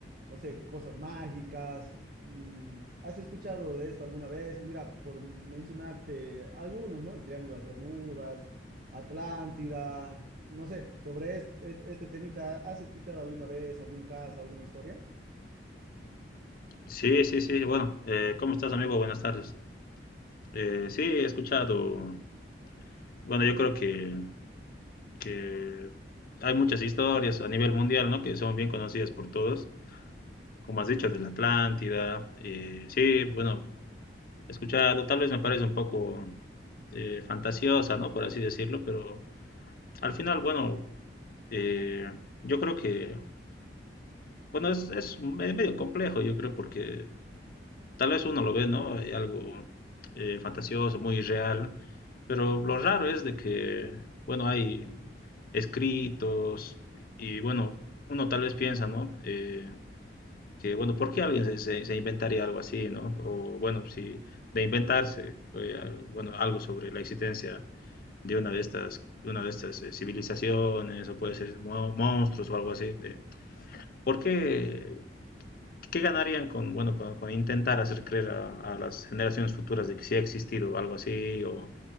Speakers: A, on the right; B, on the left.
A: no sé, cosas mágicas. Mm, ¿Has escuchado de esto alguna vez? Mira, por mencionarte algunos, ¿no? El Triángulo de las Bermudas, Atlántida, no sé, sobre es- es- este temita, ¿has escuchado alguna vez algún caso, alguna historia?
B: Sí, sí, sí. Bueno, eh, ¿cómo estás, amigo? Buenas tardes. Eh, sí, he escuchado. Bueno, yo creo que, que hay muchas historias a nivel mundial, ¿no? Que son bien conocidas por todos. Como has dicho, de la Atlántida. eh, sí, bueno, he escuchado. Tal vez me parece un poco eh, fantasiosa, ¿no? Por así decirlo, pero al final, bueno, eh, yo creo que. Bueno, es, es medio complejo, yo creo, porque. Tal vez uno lo ve, ¿no? Hay algo eh, fantasioso, muy real, pero lo raro es de que, bueno, hay escritos y, bueno, uno tal vez piensa, ¿no? Eh, que, bueno, ¿por qué alguien se, se- se inventaría algo así, ¿no? O, bueno, si de inventarse, fue, al- bueno, algo sobre la existencia de una de estas, de una de estas eh, civilizaciones, o puede ser mo- monstruos o algo así. eh, ¿Por qué ¿Qué ganarían con, bueno, con, con intentar hacer creer a, a las generaciones futuras de que sí ha existido algo así o,